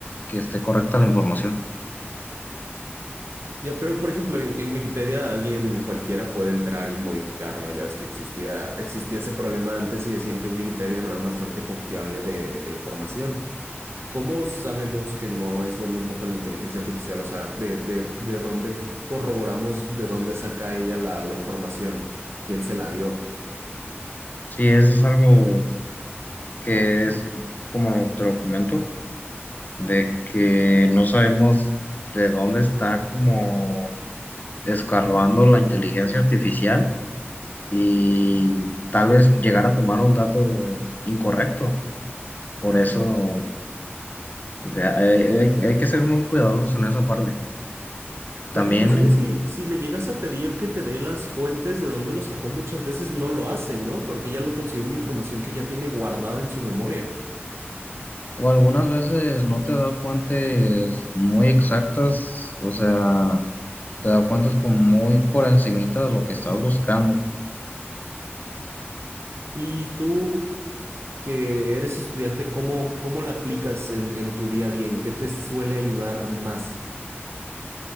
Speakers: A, on the left (about 40°); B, on the right (about 70°).
A: que esté correcta la información.
B: Ya, pero por ejemplo, en, en Wikipedia alguien cualquiera puede entrar y modificar, ¿no? Ya ves que existía, existía ese problema antes y decían que Wikipedia no era una fuente confiable de de información. ¿Cómo sabemos que no es lo mismo con la inteligencia artificial? O sea, ¿de, de, de dónde corroboramos, de dónde saca ella la, la información? ¿Quién se la dio?
A: Sí, eso es algo que es, como lo- te lo comento, de que no sabemos de dónde está como escarbando la inteligencia artificial y tal vez llegar a tomar un dato incorrecto. Por eso de- hay, hay- hay que ser muy cuidadosos en esa parte. También,
B: Porque inclusive
A: eh,
B: si, si le llegas a pedir que te dé las fuentes de dónde lo sacó, muchas veces no lo hace, ¿no? Porque ya lo considera una información que ya tiene guardada en su memoria.
A: o algunas veces no te da fuentes muy exactas, o sea, te da fuentes como muy por encimita de lo que estás buscando.
B: Y tú, que eres estudiante, ¿cómo, cómo la aplicas en, en tu día a día? ¿En qué te suele ayudar más?